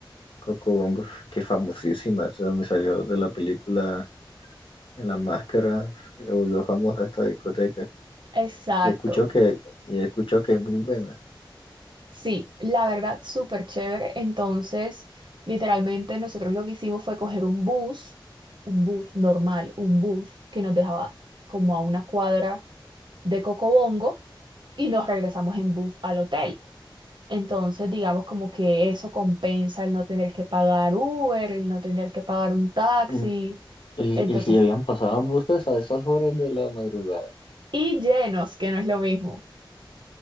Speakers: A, on the left (about 80°); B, on the right (about 65°).
A: Coco Bongo, que es famosísima, es de donde salió de la película En la Máscara, se volvió famosa esta discoteca.
B: Exacto.
A: Y escuchó que, y escuchó que es muy buena.
B: Sí, la verdad, súper chévere. Entonces, literalmente nosotros lo que hicimos fue coger un bus, un bus normal, un bus que nos dejaba como a una cuadra de Cocobongo y nos regresamos en bus al hotel. Entonces, digamos como que eso compensa el no tener que pagar Uber, el no tener que pagar un taxi.
A: Mm, Y,
B: Entonces,
A: y si habían pasado buses a esas horas de la madrugada.
B: y llenos, que no es lo mismo.